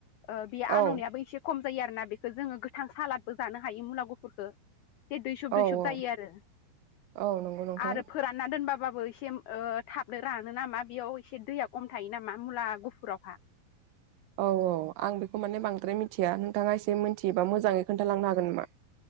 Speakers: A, on the left; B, on the right.
A: ओ बे आलुनियाबो
B: औ
A: एसे खम जायो आरोना बेखौ जोङो गोथां सालादबो जानो हायो मुला गुफुरफोरखो। एसे दुइसब
B: औ
A: दुइसब
B: औ
A: जायो आरो
B: औ नंगौ नोंथां
A: आरो फोरान ना दोनबाबाबो एसे थाबनो रानो नामा बेयाव एसे दैया खम थायो नामा मुला गुफुरावहा।
B: औ औ आं बेखौ माने बांद्राय मिथिया नोंथाङा एसे मिथियोबा मोजाङै खोन्थालांनो हागोन नामा?